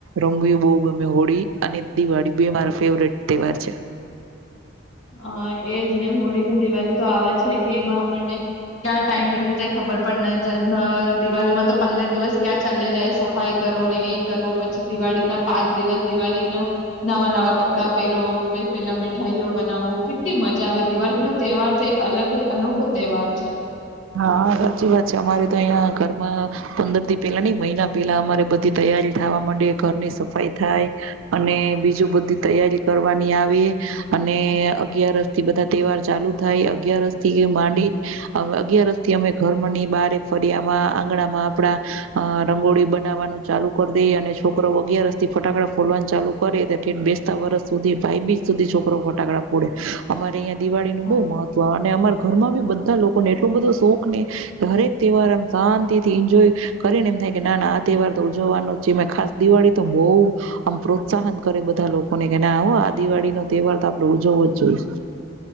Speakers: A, on the right; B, on the left.
A: રંગ બહુ ગમે. હોળી અને દિવાળી બે મારા ફેવરેટ તહેવાર છે.
B: હ એજ ને હોળી ને દિવાળી તો આવા છે કે એમાં આપણને, ક્યાં ટાઈમ નીકળી જાય ખબર પણ ન જ દિવાળીમાં તો પંદર દિવસ ક્યાં ચાલ્યા જાય સફાઈ કરો ને એ કરો પછી દિવાળી ના પાંચ દિવસ દિવાળીના, નવા-નવા કપડાં પહેરો પછી પેલા મીઠાઈઓ બનાવવો કેટલી મજા આવે દિવાળી નો તહેવાર તો એક અલગ અનોખો તહેવાર છે.
A: હા સાચી વાત છે. અમારે તો અહિયાં ઘરમાં, પંદર દી પેલા નઈ મહિના પેલા અમારે બધી તૈયારી થવા માંડે ઘરની સફાઈ થાય. અને બીજું બધી તૈયારી કરવાની આવે. અને અગિયારસ થી બધા તહેવાર ચાલુ થાય અગિયારસ થી માંડી અગિયારસથી અમે ઘર ની બારે ફરિયામાં આંગણામાં આપડા, અ રંગોળી બનાવવાનું ચાલુ કરી દઈએ અને છોકરોઓ અગિયારસ થી ફટાકડા ફોડવાનું ચાલુ કરે ઠેઠ બેસતા વરષ સુધી ભાઈ બીજ સુધી છોકરો ફટાકડા ફોડે, અમારે અયા દિવાળી નું
B: હા.
A: બહુ મહત્વ અને અમાર ઘરમાં બી બધા લોકોને એ એટલુ બધો શોખ ને, હરેક તહેવાર એમ શાંતિ થી એન્જોય કરીને એમ થાય કે ના ના આ તહેવાર તો ઉજવવાનો જ છે ખાસ દિવાળી તો બહું, આમ પ્રોત્સાહન કરે બધા લોકોને કે નાહો આ દિવાળીનો તહેવાર તો આપડ ઉજવવો જ જોઈ.